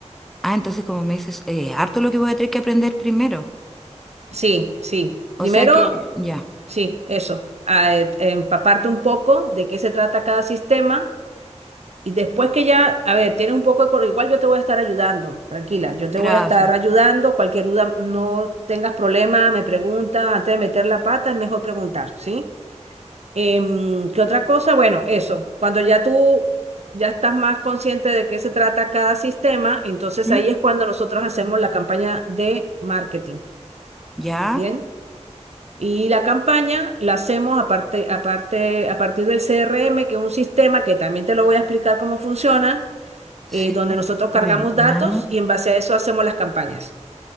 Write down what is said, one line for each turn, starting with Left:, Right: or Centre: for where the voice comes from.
Centre: Ah, entonces como me dices, eh, harto lo que voy a tener que aprender primero.
Right: Sí, sí. Primero,
Centre: O sea que, ya,
Right: sí, eso, a- eh, empaparte un poco de qué se trata cada sistema Y después que ya, a ver, tienes un poco de coro, igual yo te voy a estar ayudando, tranquila, yo
Centre: gracias.
Right: te voy a estar ayudando, cualquier duda, no tengas problema, me pregunta, antes de meter la pata es mejor preguntar, ¿sí? Em, ¿qué otra cosa? Bueno, eso, cuando ya tú ya estás más consciente de qué se trata cada sistema, entonces
Centre: ¿Mm?
Right: ahí es cuando nosotros hacemos la campaña de marketing,
Centre: ¿Ya?
Right: ¿bien? Y la campaña la hacemos aparte, aparte, a partir del CRM, que es un sistema que también te lo voy a explicar cómo funciona
Centre: Sí,
Right: eh, donde nosotros
Centre: bueno,
Right: cargamos datos
Centre: ¿ya?
Right: y en base a eso hacemos las campañas.